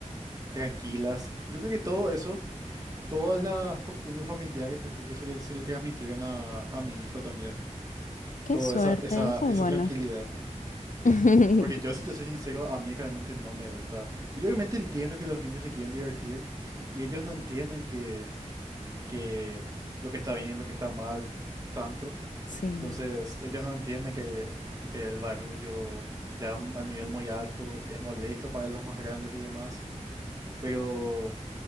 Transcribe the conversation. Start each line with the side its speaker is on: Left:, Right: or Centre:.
Right: tranquilas. Yo creo que todo eso, todas las costumbres familiares, yo creo que se le, se le transmitieron a, a mi hijo también.
Left: qué
Right: Toda
Left: suerte,
Right: esa, esa,
Left: eso
Right: esa
Left: es bueno.
Right: tranquilidad.
Left: <laughs>
Right: Porque yo, si te soy sincero, a mí realmente no me gusta. Yo obviamente entiendo que los niños se quieren divertir y ellos no entienden que, que lo que está bien y lo que está mal tanto.
Left: Sí.
Right: Entonces, ellos no entienden que el barullo ya a un- a nivel muy alto es molesto para los más grandes y demás. Pero